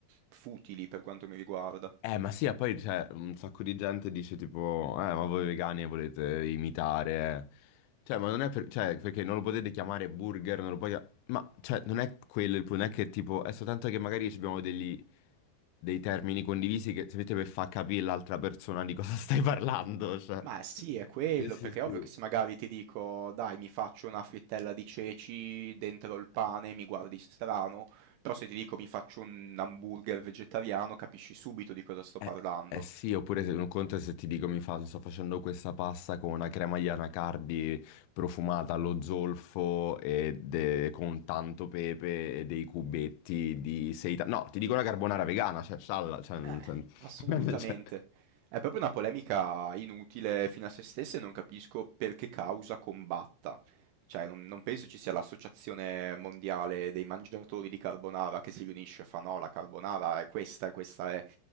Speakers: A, on the right; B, on the left.
A: futili per quanto mi riguarda.
B: Eh, ma sì, e poi cioè, un sacco di gente dice tipo, eh, ma voi vegani volete imitare. Cioè, ma non è per- cioè, perché non lo potete chiamare burger, non lo puoi... Ma, cioè, non è quello il punto, non è che tipo, è soltanto che magari ci abbiamo degli... dei termini condivisi che semplicemente per far capire l'altra persona di cosa stai parlando, cioè.
A: Ma sì, è quello,
B: Sì, sì,
A: perché
B: sì.
A: è ovvio che se magari ti dico: "Dai, mi faccio una frittella di ceci dentro il pane", mi guardi strano, però se ti dico: "Mi faccio un hamburger vegetariano", capisci subito di cosa sto
B: Eh,
A: parlando.
B: eh sì, oppure se un conto è se ti dico mi fa, sto facendo questa pasta con una crema di anacardi profumata allo zolfo e de- con tanto pepe e dei cubetti di seitan. No, ti dico una carbonara vegana, cioè, scialla, cioè, non-
A: Eh.
B: cioè-
A: Assolutamente.
B: <laughs> cioè-
A: È proprio una polemica inutile fino a se stessa e non capisco per che causa combatta. Cioè, non non penso ci sia l'Associazione Mondiale dei Mangiatori di Carbonara che si riunisce e fa: "No, la carbonara è questa e questa è".